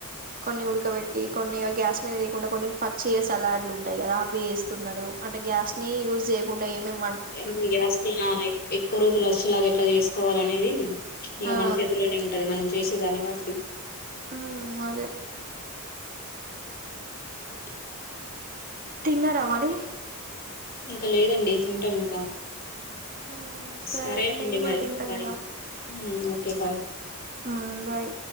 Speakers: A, on the right; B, on the left.
A: కొన్ని ఉడకబెట్టి కొన్ని గ్యాస్ మీద లేకుండా కొన్ని పచ్చియ సలాడ్లు ఉంటాయి కదా అవి వేస్తున్నారు అంటే గ్యాస్ ని యూజ్ చేయకుండా ఏమే మీ
B: ఇగ గ్యాస్ని ఆ ఎక్కువ రోజులుఅసలు ఆగట్లే చే కోవాల అనేది ఇగ
A: ఆ
B: మన చేతిలోనే ఉంటది మనం చేసేదాన్ని బట్టి
A: ఉ అదే
B: <inaudible>
A: తిన్నారా మరి
B: ఇంకా లేదండి తింటాం ఇంకా
A: ఉమ్ సరే
B: సరేనండి
A: మేము కూడా
B: మరి
A: తింటాం
B: బాయ్
A: ఇక
B: ఓకే బాయ్
A: ఆహా బాయ్